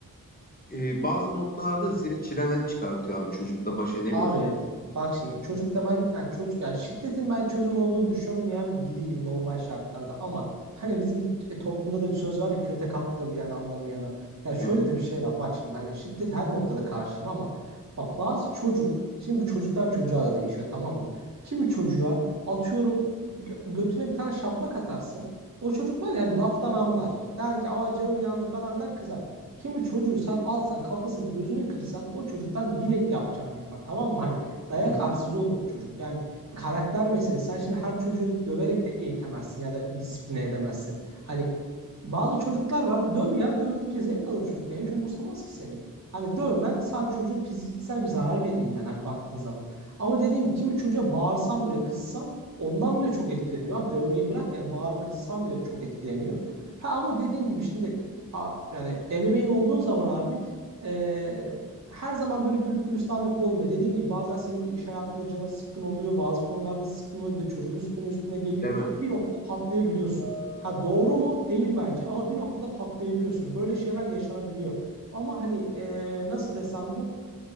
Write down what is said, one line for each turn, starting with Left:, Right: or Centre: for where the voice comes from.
Left: e, bazı noktalarda da seni çileden çıkartıyor abi. Çocukla baş edemiyorsun.
Right: Abi bak şimdi çocukta ben yani çocuk yani şiddetin ben çözüm olduğunu düşünmeyen biriyim normal şartlarda ama hani bizim e, toplumda da bir söz var ya kötek kalktır yani anlamayana. Ya şöyle
Left: Hı hı,
Right: de bir şey var bak şimdi hani şiddet her noktada karşıyım ama bak bazı çocuk şimdi bu çocuktan çocuğa da değişiyor tamam mı? Kimi çocuğa atıyorum gö- götüne bir tane şaplak atarsın. O çocuk var ya hani laftan anlar. Der ki aa canım yandı falan der kızar. Kimi çocuğu sen alsan kafasını gözünü kırsan o çocuktan yine yapacağını yapar tamam mı? Hani dayak
Left: hı hı.
Right: arsızı olur o çocuk. Yani karakter meselesi. Sen şimdi her çocuğu döverek de eğitemezsin ya da disipline edemezsin. Hani bazı çocuklar var döv ya dövdükçe zevk alır çocuk yani hiç umursamaz ki seni. Hani dövmen sadece çocuğun fiziksel bir zarar verir yani hani baktığın zaman. Ama dediğim gibi kimi çocuğa bağırsan böyle kızsan ondan bile çok etkileniyor. Abi dövmeyi bırak yani bağırıp kızsan bile çok etkileniyor. Ha ama dediğin gibi şimdi A- yani ebeveyn olduğun zaman abi e, her zaman böyle güllük gülistanlık olmuyor. Dediğin gibi bazen senin de iş hayatında canın sıkkın oluyor. Bazı konularda sıkkın oluyor. Bir de çocuk üstüne üstüne geliyor.
Left: Değil mi?
Right: Bir noktada patlayabiliyorsun. Ha doğru mu? Değil bence. Ama bir noktada patlayabiliyorsun. Böyle şeyler yaşanabiliyor. Ama hani e, nasıl desem bu?